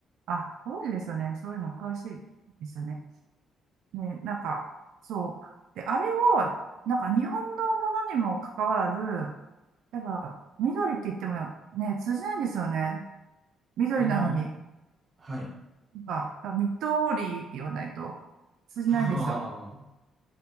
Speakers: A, on the right; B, on the right.
A: あ、ご存知ですよね。そういうの詳しいですよね。ね、なんか、そう。で、あれを、なんか日本のものにもかかわらず、やっぱ、緑って言ってもね、通じないんですよね。緑なのに。
B: ああ、はい。
A: なんか、緑って言わないと通じないんですよ。
B: ああ、